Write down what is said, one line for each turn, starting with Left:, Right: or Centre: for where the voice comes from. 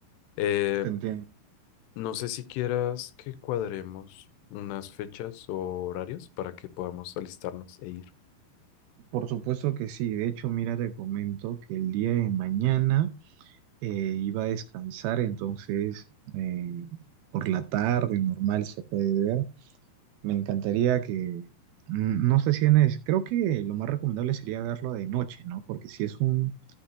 Left: Eh,
Right: Te entiendo.
Left: no sé si quieras que cuadremos unas fechas o horarios para que podamos alistarnos e ir.
Right: Por supuesto que sí. De hecho, mira, te comento que el día de mañana eh, iba a descansar, entonces eh, por la tarde normal se puede ver. Me encantaría que, mm, no sé si en es, creo que lo más recomendable sería verlo de noche, ¿no? Porque si es un